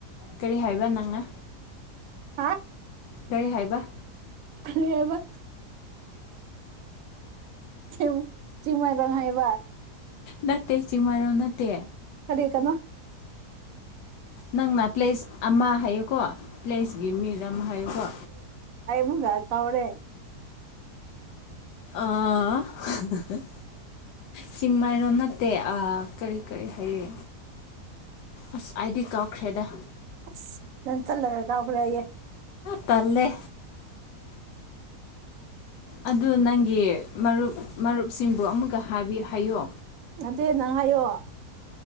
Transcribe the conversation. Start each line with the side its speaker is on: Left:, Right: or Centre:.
Left: ꯀꯔꯤ ꯍꯥꯏꯕ ꯅꯪꯅ
Right: ꯍꯥ
Left: ꯀꯔꯤ ꯍꯥꯏꯕ
Right: ꯀꯔꯤ ꯍꯥꯢꯕ <unintelligible> ꯆꯤꯡꯃꯥꯏ ꯔꯪ ꯍꯥꯏꯕ
Left: ꯅꯠꯇꯦ ꯆꯤꯡꯃꯔꯣ ꯅꯠꯇꯦ
Right: ꯗꯦꯀꯥꯅ
Left: ꯅꯪꯅ ꯄ꯭ꯂꯦꯁ ꯑꯃ ꯍꯥꯏꯌꯨꯀꯣ ꯄ꯭ꯂꯦꯁꯀꯤ ꯃꯤꯗ ꯑꯃ ꯍꯥꯏꯌꯨꯀꯣ
Right: ꯑꯩꯃꯨꯒ ꯆꯧꯔꯦ
Left: ꯑꯥ <unintelligible> ꯆꯤꯡꯃꯥꯏꯔꯣ ꯅꯠꯇꯦ ꯑꯥ ꯀꯔꯤ ꯀꯔꯤ ꯍꯥꯏꯌꯦ ꯑꯁ ꯑꯥꯢꯗꯤ ꯀꯥꯎꯈ꯭ꯔꯦꯗ
Right: ꯑꯁ ꯅꯪꯆꯠꯂꯥꯒ ꯀꯥꯎꯒ꯭ꯔꯦ ꯑꯥꯌꯦ
Left: ꯇꯜꯂꯦ ꯑꯗꯨ ꯅꯪꯒꯤ ꯃꯔꯨꯞ ꯃꯔꯨꯞꯁꯤꯡꯕꯨ ꯑꯃꯨꯛꯀ ꯍꯥꯏꯕꯤ ꯍꯥꯏꯌꯣ
Right: ꯅꯠꯇꯦ ꯅꯪ ꯍꯥꯏꯌꯣ